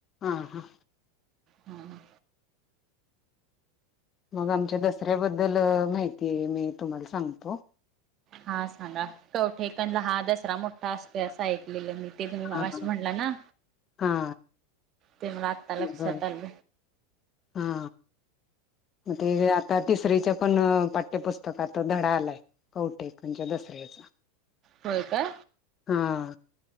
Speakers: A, on the left (about 30°); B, on the right (about 40°).
A: आ हा
B: हम्म
A: मग आमच्या दसऱ्याबद्दल माहिती मी तुम्हाला सांगतो
B: हा सांगा कवठे कणला हा दसरा मोठा असतोय असं ऐकलेलं मी ते तुम्ही
A: हा
B: मगाशी
A: हा
B: म्हटलाना
A: हा
B: ते मला आत्ता लक्ष्यात
A: मग
B: आल
A: हा म ते आता तिसरी्च्या पण अ पाठ्यपुस्तकात तो धडा आलाय कवठे खणच्या दसऱ्याचा
B: होय काय
A: हाआ